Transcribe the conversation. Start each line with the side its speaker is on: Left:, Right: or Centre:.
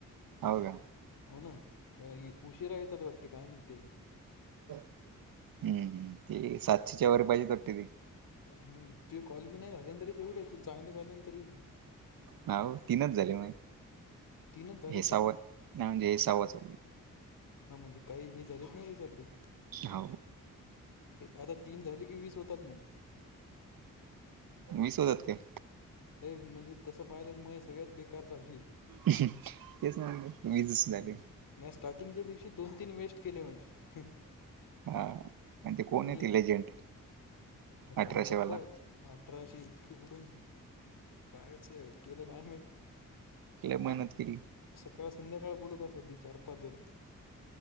Right: हो का...
Left: हो ना उशीरा येतात वाटते काय माहिती....
Right: हम्म हम ती सातशेच्या वारी पाहिजे त वाटते ती....
Left: हम तू कॉल बी नाही झांले तरी तेवढे तु चांगले झाले.... तरी बी
Right: ना तीनच झाले माझे....
Left: तीनच झाले
Right: हेसावात
Left: काय
Right: नाही म्हणजे हेसावाच...
Left: हा म्हणजे काही ही झालीत नाही तिच्यातली....
Right: हो...
Left: आता तीन झाली की वीस होतात नाही....
Right: वीस होतात काय?
Left: म्हणजे तसं पाहिलं मग सगळ्यात बेकार चाल...
Right: तेच ना.... वीस
Left: हम्म
Right: झाले
Left: म्या स्टार्टिंगच्या दिवशी दोन तीन वेस्ट केले माहिती
Right: हा... आणि ते कोण
Left: मी
Right: आहे ते लेजंट अठराशे
Left: कायमत
Right: वाला
Left: ब अठराशे इतकी कुठून... कायच केलं काय माहित...
Right: तिला मेहनत केली
Left: सकाळ संध्याकाळ बोलत तिचा चार पाच जाण....